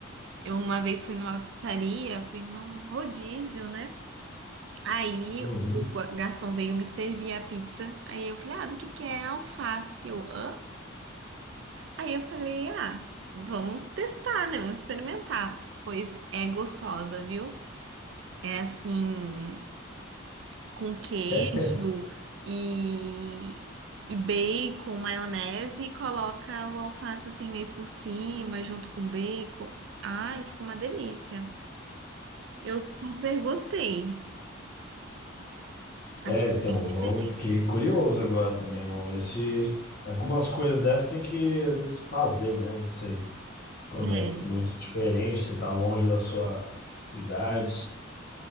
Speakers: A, on the right (about 65°); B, on the left (about 50°).
A: Eu uma vez fui numa pizzaria, fui num rodízio, né? Aí
B: Uhum.
A: o gua- garçom veio me servir a pizza. Aí eu falei, ah, do que que é alface? Eu, hã? Aí eu falei, ah, vamos testar, né? Vamos experimentar. Pois é gostosa, viu? É assim, com queijo
B: É,
A: e, e bacon, maionese, e coloca o alface assim meio por cima, junto com bacon. Ai, ficou uma delícia. Eu super gostei. Achei
B: é, então,
A: bem diferente.
B: eu fiquei curioso agora também. Vamos ver se algumas coisas dessas tem que, às vezes, fazer, né? Não sei. Quando
A: É.
B: é muito diferente, você tá longe da sua cidade.